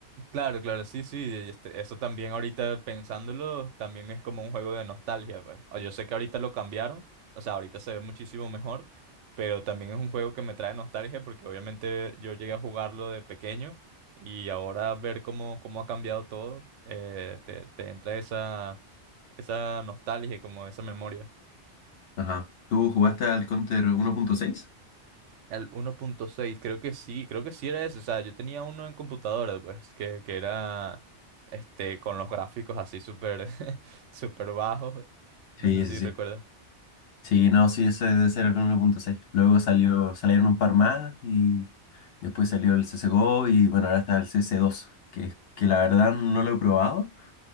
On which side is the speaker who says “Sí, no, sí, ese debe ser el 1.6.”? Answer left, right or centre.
Left